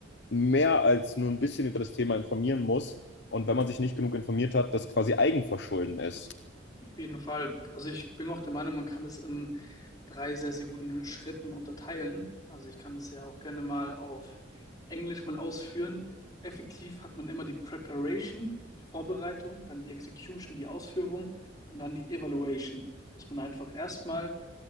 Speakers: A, on the left (about 60°); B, on the left (about 20°).
A: mehr als nur ein bisschen über das Thema informieren muss und wenn man sich nicht genug informiert hat, das quasi Eigenverschulden ist?
B: Auf jeden Fall. Also ich bin auch der Meinung, man kann es in drei sehr, sehr guten Schritten unterteilen. Also ich kann es ja auch gerne mal auf Englisch mal ausführen. Effektiv hat man immer die Preparation, die Vorbereitung, dann die Execution, die Ausführung und dann die Evaluation. Dass man einfach erstmal